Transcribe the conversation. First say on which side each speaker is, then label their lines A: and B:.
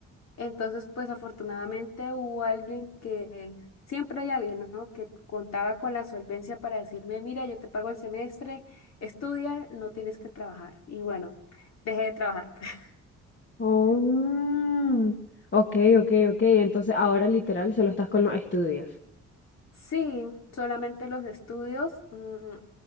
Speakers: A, on the left; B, on the left.
A: Entonces, pues afortunadamente hubo alguien que, siempre hay alguien, ¿no? Que contaba con la solvencia para decirme, mira, yo te pago el semestre, estudia, no tienes que trabajar. Y bueno, dejé de trabajar. <laughs>
B: Oh, ok, ok, ok. Entonces ahora literal solo estás con los estudios.
A: Sí, solamente los estudios, mm,